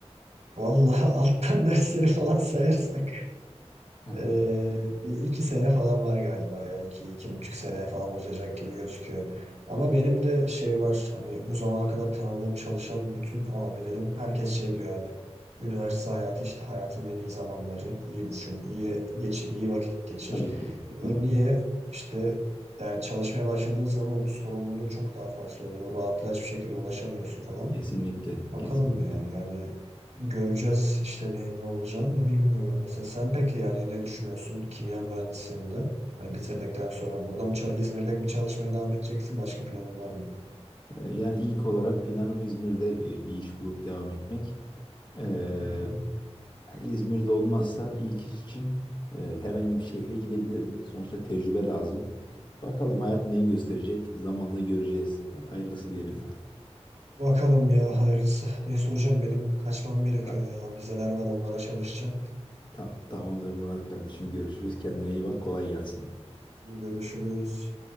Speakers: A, on the right; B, on the left.
A: Vallahi <laughs> alttan dersleri falan sayarsak.
B: <laughs>
A: Ee, bir iki sene falan var galiba ya iki, iki buçuk sene falan uzayacak gibi gözüküyor. Ama benim de şey var hani bu zamana kadar tanıdığım çalışan bütün abilerim herkes şey diyor hani üniversite hayatı işte hayatın en iyi zamanları iyi düşün iyi geçir iyi vakit geçir.
B: Tabii ki,
A: Diyorum
B: tabii
A: niye
B: ki.
A: işte yani çalışmaya başladığın zaman onun sorumluluğu çok daha fazla oluyor rahatla hiçbir şekilde ulaşamıyorsun falan.
B: Kesinlikle,
A: Bakalım
B: kesinlikle.
A: ya yani göreceğiz işte neyin ne olacağını da bilmiyorum. Mesela sen peki yani ne düşünüyorsun kimya mühendisliğinde? Hani bitirdikten sonra burada mı çal- İzmir'de mi çalışmaya devam edeceksin? Başka planın var mı?
B: Ee, yani ilk olarak planım İzmir'de e, bir iş bulup devam etmek. Ee,
A: Hı hı.
B: yani İzmir'de olmazsa ilk iş için e, herhangi bir şehre gidebilirim. Sonuçta tecrübe lazım. Bakalım hayat neyi gösterecek? Zamanla göreceğiz. Bak hayırlısı diyelim.
A: Bakalım ya hayırlısı. Neyse hocam benim kaçmam gerekiyor
B: <laughs> Ta-
A: ya. Vizeler var onlara çalışacağım.
B: ta- tamamdır Murat kardeşim. Görüşürüz. Kendine iyi bak. Kolay gelsin.
A: Görüşürüz.